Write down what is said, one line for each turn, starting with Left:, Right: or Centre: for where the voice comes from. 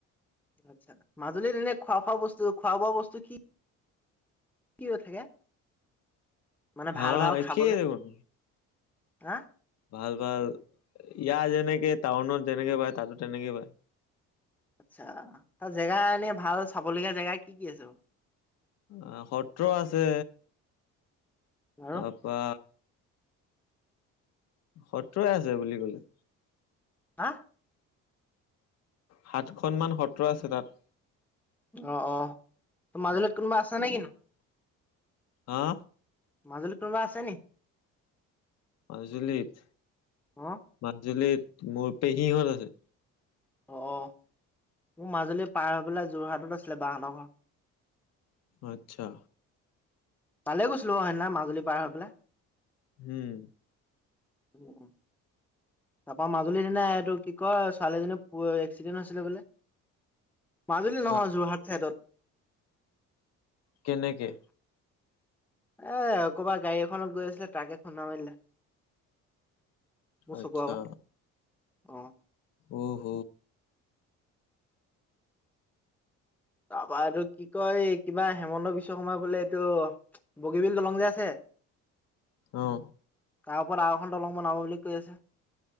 Centre: আচ্ছা, মাজুলীত এনে খোৱা খোৱা বস্তু খোৱা বোৱা বস্তু কি কি হৈ থাকে? মানে
Left: হা
Centre: ভাল ভাল
Left: একে
Centre: খাবলে
Left: দেখোন।
Centre: হা?
Left: ভাল ভাল ইয়াৰ যেনেকে টাউনত যেনেকে পায় তাতো তেনেকে পায়।
Centre: আচ্ছা, তাত জেগা এনে ভাল চাবলগীয়া জেগা কি কি আছে?
Left: অ', সত্ৰ আছে।
Centre: আৰু
Left: তাৰপা সত্ৰই আছে বুলি ক'লে।
Centre: হা?
Left: সাতখনমান সত্ৰ আছে তাত।
Centre: অ', অ', মাজুলীত কোনোবা আছা নে কিনো?
Left: আহ?
Centre: মাজুলীত কোনোবা আছে নি?
Left: মাজুলীত
Centre: অ
Left: মাজুলীত মোৰ পেহিহঁত আছে।
Centre: অ', অ', মোৰ মাজুলী পাৰ হৈ পেলাই যোৰহাটত আছিলে বাহতৰ ঘৰ।
Left: আচ্ছা।
Centre: তালে গৈছিলো অ' সেইদিনা মাজুলী পাৰ হৈ পেলাই।
Left: হুম।
Centre: উ, উ, তাৰাপা মাজুলীত সিদিনা এইটো কি কয় ছোৱালীজনী এক্সিডেণ্ট হৈছিলে বোলে। মাজুলী
Left: চোৱা
Centre: নহয় যোৰহাট চাইদত।
Left: কেনেকে?
Centre: এ কবাৰ গাড়ী এখনত গৈ আছিলে ট্ৰাকে খুন্দা মাৰিলে। মোৰ
Left: আচ্ছা।
Centre: চকুৰ আগত অ
Left: অহ।
Centre: তাৰপা এইটো কি কয় কিবা হিমন্ত বিশ্ব শৰ্মা বোলে এইটো বগীবিল দলং যে আছে
Left: আহ।
Centre: তাৰ আৰু এখন দলং বনাব বুলি কৈ আছে।